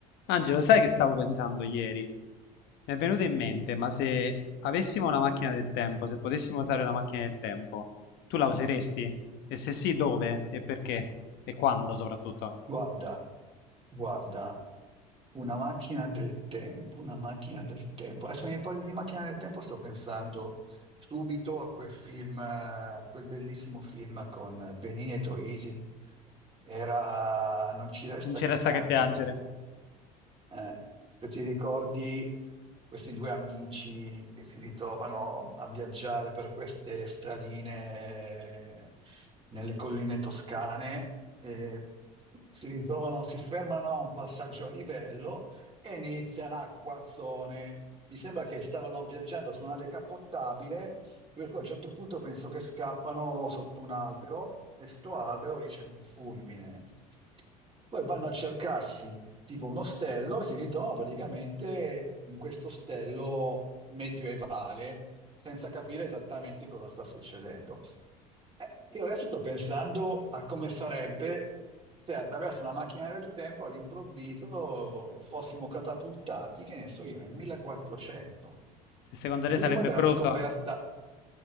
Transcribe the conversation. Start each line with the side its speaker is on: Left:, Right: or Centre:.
Left: Angelo, sai che stavo pensando ieri? Mi è venuto in mente, ma se avessimo una macchina del tempo, se potessimo usare una macchina del tempo, tu la useresti? E se sì, dove? E perché? E quando soprattutto?
Right: Guarda, guarda, una macchina del tempo, una macchina del tempo. Adesso mi parli di macchina del tempo, sto pensando subito a quel film, eh, a quel bellissimo film con Benini e Troisi. Era Non ci resta
Left: Non ci
Right: che
Left: resta
Right: piangere.
Left: che piangere.
Right: Eh, se ti ricordi questi due amici che si ritrovano a viaggiare per queste stradine eh, nelle colline toscane, eh, si ritrovano, si fermano a un passaggio a livello e iniziano a quazzone. Mi sembra che stavano viaggiando su una decappottabile, per cui a un certo punto penso che scappano sotto un albero e sto albero riceve un fulmine. Poi vanno a cercarsi tipo un ostello e si ritrovano praticamente in questo ostello medioevale, senza capire esattamente cosa sta succedendo. Eh, io adesso sto pensando a come sarebbe se attraverso una macchina del tempo all'improvviso fossimo catapultati, che ne so io, nel 1400,
Left: E secondo te
Right: prima
Left: sarebbe
Right: della
Left: brutto?
Right: scoperta